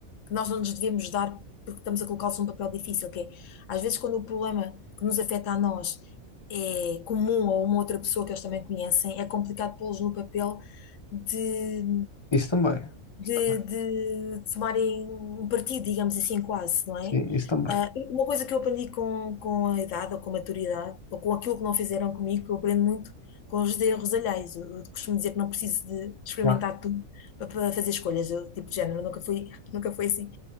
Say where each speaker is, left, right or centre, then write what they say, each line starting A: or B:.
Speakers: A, on the left; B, on the left.
A: que nós não nos devemos dar porque estamos a colocá-los num papel difícil, que é, às vezes quando o problema que nos afeta a nós é comum a uma outra pessoa que eles também conhecem, é complicado pô-los no papel de
B: Isso também.
A: de,
B: Isso também.
A: de tomarem um partido, digamos assim, quase, não é?
B: Sim, isso também.
A: Ah, e uma coisa que eu aprendi com, com a idade ou com a maturidade, ou com aquilo que não fizeram comigo, que eu aprendo muito com os erros alheios. Eu, eu costumo dizer que não preciso de experimentar
B: Claro,
A: tudo para, para fazer escolhas, eu, tipo de género, nunca fui, <laughs> nunca fui assim.